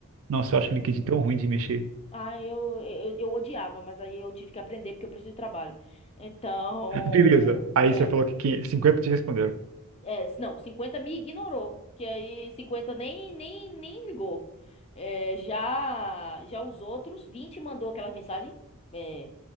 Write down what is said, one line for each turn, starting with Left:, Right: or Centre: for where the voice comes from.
Right: Nossa, eu acho o LinkedIn tão ruim de mexer.
Left: Ah, eu, eu, eu odiava, mas aí eu tive que aprender porque eu preciso de trabalho. Então,
Right: <laughs> Beleza. Aí
Left: é,
Right: você falou que quin- 50 te responderam.
Left: é, não, 50 me ignorou, que aí 50 nem nem nem ligou. É, já já os outros 20 mandou aquela mensagem é,